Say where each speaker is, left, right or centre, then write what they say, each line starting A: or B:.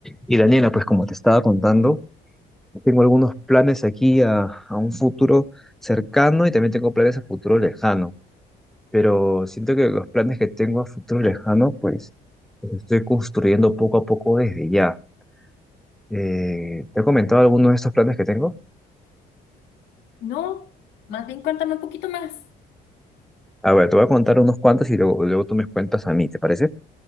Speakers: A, in the centre; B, on the left (about 80°).
A: Y Daniela, pues como te estaba contando, tengo algunos planes aquí a, a un futuro cercano y también tengo planes a futuro lejano, pero siento que los planes que tengo a futuro lejano, pues los estoy construyendo poco a poco desde ya. Eh, ¿te he comentado algunos de estos planes que tengo?
B: No, más bien cuéntame un poquito más,
A: A ver, te voy a contar unos cuantos y luego, luego tú me cuentas a mí, ¿te parece?